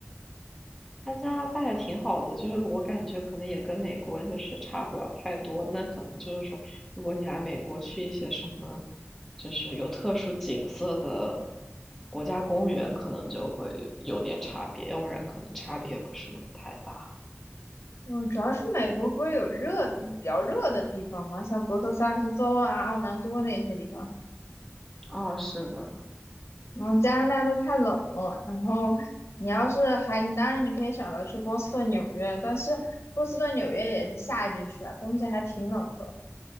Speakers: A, in the centre; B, on the left (about 75°).
A: 那加拿大也挺好的，就是我感觉可能也跟美国就是差不了太多。那可能就是说，如果你来美国去一些什么，就是有特殊景色的国家公园，可能就会有有点差别，要不然可能差别不是那么太大。
B: 嗯，主要是美国不是有热比较热的地方吗？像德克萨斯州啊、奥兰多那些地方。
A: 哦，是的。
B: 然后加拿大都太冷了，然后你要是还，你当然你可以选择去波士顿、纽约，但是波士顿、纽约也是夏季去啊，冬季还挺冷的。